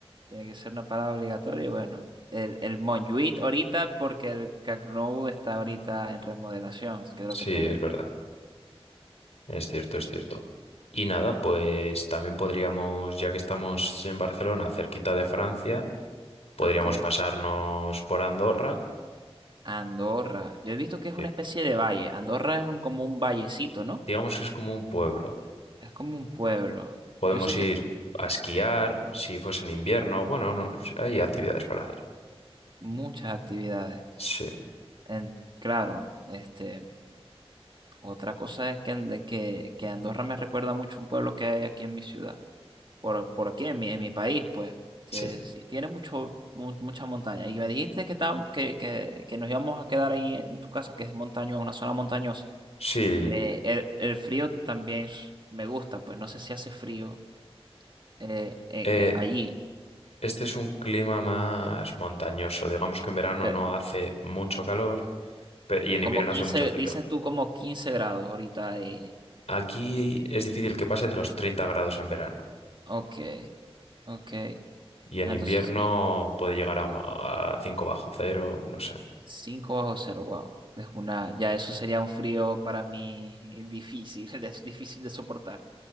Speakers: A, on the right; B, on the left.
A: Tiene que ser una parada obligatoria y bueno, el, el Montjuïc ahorita porque el Camp Nou está ahorita en remodelación, creo
B: Sí,
A: que tengan.
B: es verdad, es cierto, es cierto. Y nada, pues también podríamos, ya que estamos en Barcelona, cerquita de Francia, Podríamos
A: Ok.
B: pasarnos por Andorra,
A: Andorra. Yo he visto que es una
B: que
A: especie de valle. Andorra es un, como un vallecito, ¿no?
B: digamos que es como un pueblo.
A: Es como un pueblo.
B: Podemos
A: Yo sé
B: ir
A: que
B: a esquiar si fuese en invierno. Bueno, no, hay actividades para hacer.
A: muchas actividades.
B: Sí,
A: En- claro, este, otra cosa es que, en- de que, que Andorra me recuerda mucho a un pueblo que hay aquí en mi ciudad. Por, por aquí, en mi, en mi país, pues, que
B: sí.
A: sí, tiene mucho, mu- mucha montaña. Y me dijiste que, estábamos- que, que, que nos íbamos a quedar ahí en tu casa, que es montañosa, una zona montañosa.
B: Sí,
A: Eh, el, el frío también s- me gusta, pues no sé si hace frío. eh, en-
B: eh,
A: en- allí.
B: este es un clima más montañoso. Digamos que en verano
A: Eh,
B: no hace mucho calor pe- y en
A: como
B: invierno
A: 15
B: hace mucho frío.
A: dices tú como 15 grados ahorita ahí.
B: Aquí es difícil que pase de los 30 grados en verano
A: Ok, ok.
B: y en
A: Ah,
B: invierno
A: Entonces,
B: puede llegar a, a 5 bajo cero, no sé.
A: 5 bajo cero, wow. Es una, ya eso sería un frío para mí difícil, <laughs> es difícil de soportar.